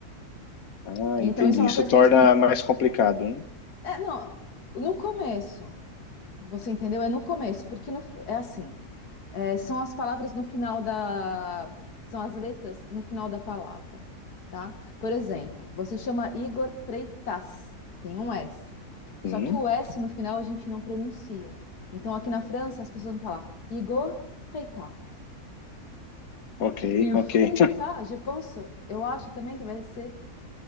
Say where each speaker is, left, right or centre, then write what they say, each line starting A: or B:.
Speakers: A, on the left (about 65°); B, on the left (about 80°).
A: Ah,
B: Então,
A: entendi.
B: isso é uma
A: Isso
B: coisa
A: torna
B: que a gente tem...
A: mais complicado, hein?
B: É, não, no começo, você entendeu? É no começo, porque no- é assim... É, são as palavras no final da. São as letras no final da palavra, tá? Por exemplo, você chama Igor Freitas, tem um S.
A: Sim.
B: Só que o S no final a gente não pronuncia. Então aqui na França as pessoas vão falar Igor Freitas.
A: Ok,
B: E, e
A: ok,
B: o Freitas,
A: <laughs>
B: eu penso, eu acho também que vai ser.